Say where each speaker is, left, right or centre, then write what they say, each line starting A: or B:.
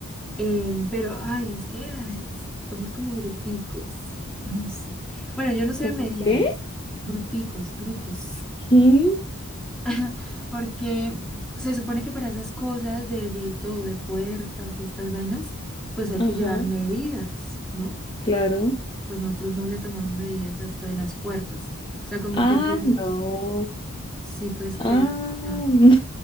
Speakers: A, in the centre; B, on the left.
A: em, pero, ay, es que <laughs> somos como bruticos, o no sé. Bueno, yo no sé
B: ¿Cómo
A: de medidas,
B: qué?
A: bruticos, brutos,
B: ¿Qué?
A: <laughs> porque se supone que para esas cosas de, de todo, de puertas y estas vainas, pues hay
B: Ajá,
A: que llevar medidas, ¿no?
B: claro.
A: pues nosotros no le tomamos medidas a esto de las puertas. O sea, como
B: Ah,
A: que fuimos,
B: no.
A: sí puedes creer.
B: Ah,
A: ah,
B: <laughs> no.